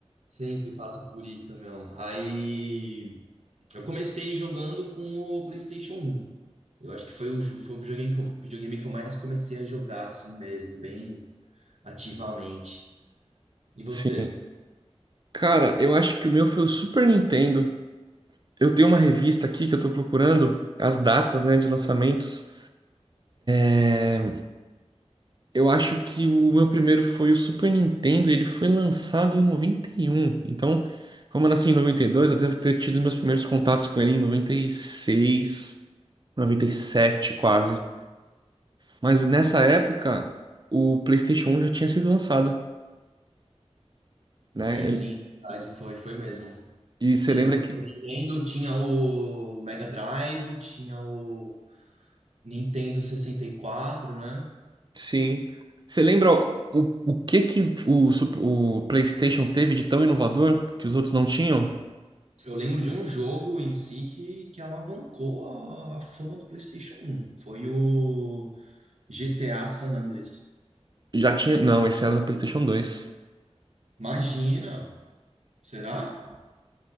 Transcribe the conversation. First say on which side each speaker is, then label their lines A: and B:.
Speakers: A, on the right; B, on the right.
A: Sempre passa por isso, meu. Aí eu comecei jogando com o PlayStation um Eu acho que foi o, jo- foi o videogame que eu, videogame que eu mais comecei a jogar assim mesmo, bem ativamente. E você?
B: Sim. Cara, eu acho que o meu foi o Super Nintendo. Eu tenho uma revista aqui que eu tô procurando as datas, né, de lançamentos. É, Eu acho que o meu primeiro foi o Super Nintendo e ele foi lançado em noventa e um Então, como eu nasci em 92, eu devo ter tido meus primeiros contatos com ele em noventa noventa e seis noventa e sete quase. Mas nessa época, o PlayStation um já tinha sido lançado, né?
A: Sim,
B: Ele-
A: sim, verdade, foi, foi mesmo.
B: E você
A: Tinha
B: lembra
A: o Super
B: que
A: Nintendo, tinha o Mega Drive, tinha o Nintendo sessenta e quatro né?
B: Sim. Você lembra o, o que que o, Sup- o PlayStation teve de tão inovador que os outros não tinham?
A: Eu lembro de um jogo em si que, que alavancou a, a fama do PlayStation um. Foi o GTA San Andreas.
B: Já tinha? Não, esse era no PlayStation dois
A: Imagina! Será?